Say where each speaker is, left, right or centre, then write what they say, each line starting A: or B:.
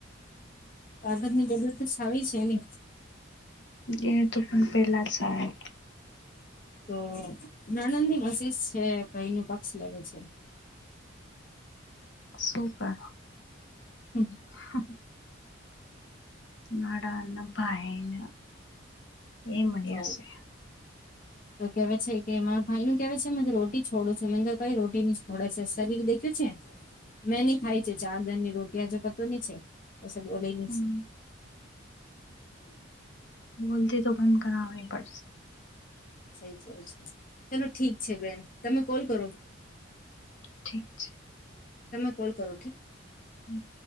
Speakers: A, on the left (about 45°); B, on the left (about 65°).
A: તાકાત ની જરૂર તો સારી છે ને
B: એ તું પણ પેલા જાહે
A: તો નણંદ ની વશિસ છે ભઈ નો પક્ષ લેવે છે.
B: સુુ કરો?
A: હમ
B: હા નાડા ન ભાઈન એ મળ્યા
A: તો
B: સે
A: <inaudible> તો કેવે છે કે મા ભાઈ નું કેવે છે મેં કે રોટી છોડુ છું મેં કીધું કઈ રોટી ની છોડે છે શરીર દે ખ્યો છે મેં ની ખાય છે ચાર જન ની રોટિયા જો પતો ની છે. કસે બોલે ની
B: હમ
A: સે
B: બોલતી તો બંધ કરાવની પડશ
A: સઈ કેવ છો ચલો ઠીક છે બેન તમે કોલ કરો.
B: ઠીક છે.
A: તમે કોલ કરો કે.
B: હમ